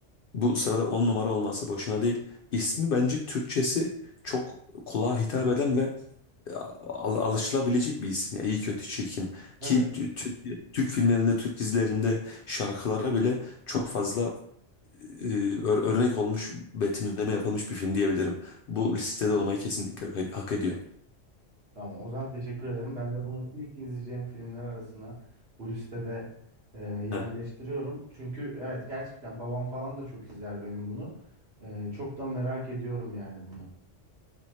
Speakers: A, on the left; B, on the right.
A: Bu sırada 10 numara olması boşuna değil. İsmi bence Türkçesi çok kulağa hitap eden ve e, al- alışılabilecek bir isim. Ya, iyi kötü çirkin.
B: Evet.
A: Ki t- Türk, Türk filmlerinde, Türk dizilerinde şarkılara bile çok fazla e, ör- örnek olmuş, betimleme yapılmış bir film diyebilirim. Bu listede olmayı kesinlikle hak hak ediyor.
B: Tamam Ozan teşekkür ederim. Ben de bunu ilk izleyeceğim filmler arasına bu listede e, yerleştiriyorum.
A: Heh,
B: Çünkü evet gerçekten babam falan da çok izler benim bunu. E, çok da merak ediyorum yani bunu.